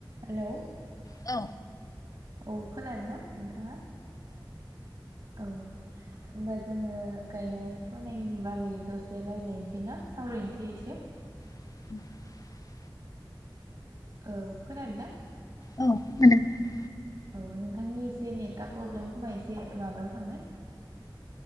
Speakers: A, on the right; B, on the left.
A: Hello
B: औ।
A: औ खोनानो ना? नोंथाङा औ। होमबा जोंङो गायनाय फुनायनि बागै दसे रायलायनोसै ना सावरायनोसै एसे।
B: <inaudible>
A: औ खोनादों ना?
B: औ खोनादों।
A: औ नोंथांनि एसे नेतआ प्रब्लेम खोमा एसे माबायाव थांनाय।